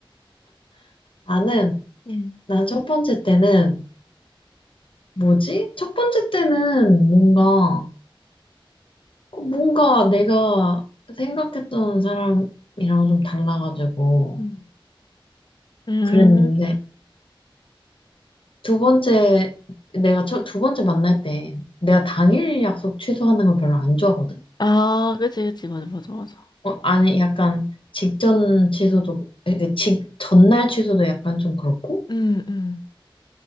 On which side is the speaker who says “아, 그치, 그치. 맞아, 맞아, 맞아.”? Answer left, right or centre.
Left